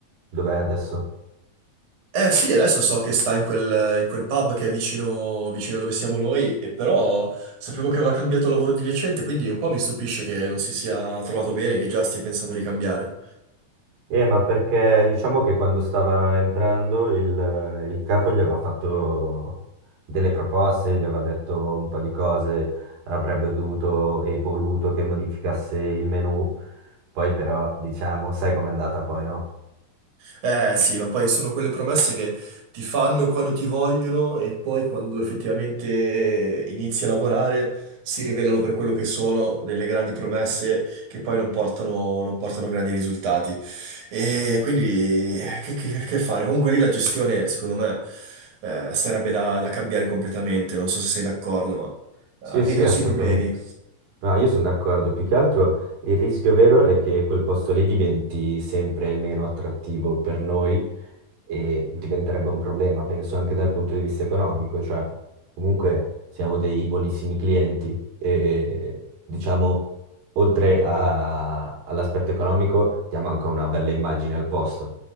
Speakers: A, on the right; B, on the right.
A: dov'è adesso?
B: Eh sì, adesso so che sta in quel, in quel pub che è vicino, vicino dove siamo noi, e però sapevo che aveva cambiato lavoro di recente, quindi un po' mi stupisce che non si sia trovato bene, che già stia pensando di cambiare.
A: Eh, ma perché diciamo che quando stava entrando il, il capo gli aveva fatto delle proposte, gli aveva detto un po' di cose, avrebbe dovuto e voluto che modificasse il menu, poi però diciamo, sai com'è andata poi, no?
B: Eh sì, ma poi sono quelle promesse che ti fanno quando ti vogliono e poi quando effettivamente inizi a lavorare si rivelano per quello che sono delle grandi promesse che poi non portano, non portano grandi risultati. E quindi eh, che, che- che fare? Comunque lì la gestione, secondo me, eh, sarebbe da, da cambiare completamente. Non so se sei d'accordo, ma
A: Sì,
B: ha dei
A: sì,
B: grossi
A: assolutamente.
B: problemi.
A: No, io sono d'accordo, più che altro il rischio vero è che quel posto lì diventi sempre meno attrattivo per noi e diventerebbe un problema, penso anche dal punto di vista economico, cioè comunque siamo dei buonissimi clienti e diciamo oltre a- all'aspetto economico diamo anche una bella immagine al posto